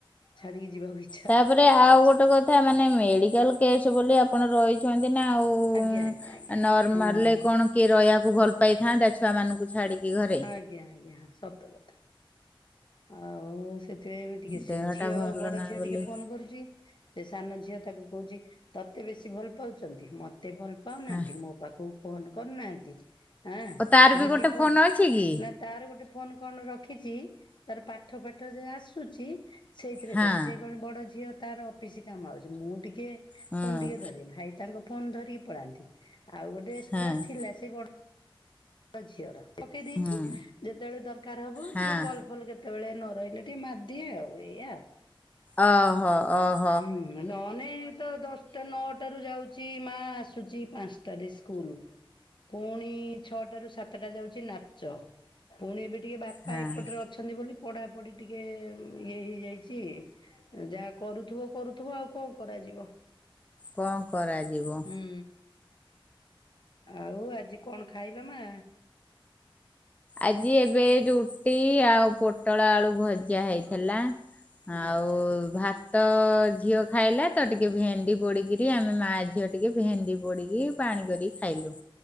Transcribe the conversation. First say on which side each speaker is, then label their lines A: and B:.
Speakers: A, on the left; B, on the left.
A: ଛାଡ଼ିକି ଯିବାକୁ ଇ
B: ତାପରେ ଆଉ ଗୋଟେ କଥା ମାନେ ମେଡ଼ିକାଲ କେସ୍ ବୋଲି ଆପଣ ରହିଛନ୍ତି ନା ଆଉ। ଉ
A: ଆଜ୍ଞା ଆଜ୍ଞା ଆଜ୍ଞା
B: ନର୍ମାଲ
A: ହଁ।
B: ରେ କଣ କିଏ ରହିବାକୁ ଭଲ ପାଇଥାନ୍ତା ଛୁଆ ମାନଙ୍କୁ ଛାଡ଼ିକି ଘରେ।
A: ଆଜ୍ଞା ଆଜ୍ଞା ହଁ ସତ କଥା। ଆଉ ସେଥିପାଇଁ ଏବେ ଟିକେ ସେ
B: ଦେହଟା
A: ଝିଅ
B: ଭଲ
A: ବଡ଼
B: ନାହିଁ
A: ଝିଅ
B: ବୋଲି
A: ଟିକେ ଫୋନ କରୁଛି। ସେ ସାନ ଝିଅ ତାକୁ କହୁଛି ତତେ ବେଶୀ ଭଲ ପାଉଛନ୍ତି ମତେ ଭଲ ପାଉନାହାନ୍ତି
B: ହଁ
A: ମୋ ପାଖକୁ ଫୋନ କରିୁନାହାନ୍ତି ଆଁ
B: ଓ ତାର ବି
A: ଦିଦି
B: ଗୋଟେ
A: ଫୋ
B: ଫୋନ ଅଛି କି?
A: ନା ତାର ଗୋଟେ ଫୋନ କଣ ରଖିଛି ତାର ପାଠ ପାଠ ଯା ଆସୁଛି ସେଇଥିରେ
B: ହଁ
A: କରୁଛି ସେ କଣ ବଡ଼ ଝିଅ ତାର ଅଫିସ କାମ ଆଉଛି ମୁଁ ଟିକେ
B: ହଁ
A: ଫୋନ ଟିକେ ଧରେ ଭାଇ ତାଙ୍କ ଫୋନ ଧରିକି ପଳାନ୍ତି ଆଉ ଗୋଟେ ଏସଟ୍ରା
B: ହଁ
A: ଥିଲା ସେ ବ ଡ ଝିଅର ପକେଇ ଦେଇଛୁ
B: ହଁ
A: ଯେତେବେଳେ ଦରକାର ହବ
B: ହଁ।
A: ଟିକେ କଲ ଫଲ କେ ତେବେଳେ ନରଇଲି ଟିକିଏ ମାରଦିଏ ଆଉ ଏଇଆ।
B: ଓହୋ ଅ।
A: ହୁଁ ନହେନେ ତ ଦଶଟା ନଅଟାରୁୁ ଯାଉ ଚି ମା ଆସୁଛି ପାଞ୍ଚଟାରେ ସ୍କୁଲ। ପୁଣି ଛଅଟା ରୁ ସାତଟା ଯାଉଛି ନାଚ ପୁଣି ଏବେ ଟିକେ ବାପା
B: ହଁ
A: ଏପଟର ଅ ଅଛନ୍ତି ବୋଲି ପଢାପଢ଼ି ଟିକେ ଇଏ ହେଇଯାଇଛି ଯାହା କରୁ ଥିବ କରୁଥିବ ଆଉ କଣ କରାଯିବ
B: କଣ କରାଯିବ
A: ହୁଁ। ଆଉ ଆଜି କଣ ଖାଇଲ ମା?
B: ଆଜି ଏବେ ରୁଟି ଆଉ ପୋଟଳ ଆଳୁ ଭଜା ହେଇଥିଲା। ଆଉ
A: ଆଚ୍ଛା ଆଚ୍ଛା
B: ଭା ତ ଝିଅ ଖାଇଲା ତ ଟିକେ ଭେଣ୍ଡି ପୋଡ଼ିକିରି ଆମେ ମା ଝିଅ ଟିକେ ଭେଣ୍ଡି ପୋଡ଼ିକି ପାଣି କରିକି ଖାଇଲୁ।